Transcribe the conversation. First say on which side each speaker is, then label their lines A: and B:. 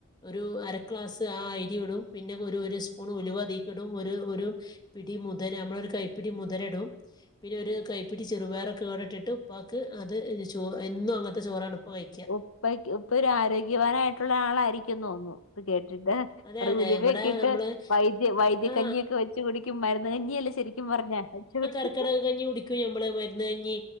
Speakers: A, on the left; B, on the left.
A: ഒരു അരക്ലാസ്- ആ അരി ഇടും പിന്നെ ഒരു ഒരു സ്പൂണ് ഉലുവതിക്കിടും ഒരു ഒരു പി ടി മുതര നമ്മളൊരു കൈപ്പിടി മുതര ഇടും. പിന്നെ
B: ആഹ്
A: ഒരു കൈപ്പിടി ചെറുപയറൊക്കെ ഇവിടെ ഇട്ടിട്ട് ഉപ്പാക്ക് അത് ചോ എന്നും അങ്ങനത്തെ ചോറാണ് ഉപ്പ കഴിക്കുക
B: ഉപ്പക്ക് ഉപ്പ ഒരു ആരോഗ്യവാനായിട്ടുള്ള ആളായിരിക്കും തോന്നുന്നു ഇത് കേട്ടിട്ട്
A: അതെ അതെ
B: ഉലുവൊക്കെ
A: ഇവിടെ
B: ഇട്ട്
A: നമ്മൾ
B: വൈദ്യ വൈദ്യ
A: ആ
B: കഞ്ഞിയൊക്കെ വെച്ച് കുടിക്കും മരുന്ന് കഞ്ഞിയില്ലേ ശരിക്കും പറഞ്ഞ കുടിക്കും
A: എടക്കടക് കഞ്ഞി കുടിക്കും നമ്മളെ മരുന്ന് കഞ്ഞി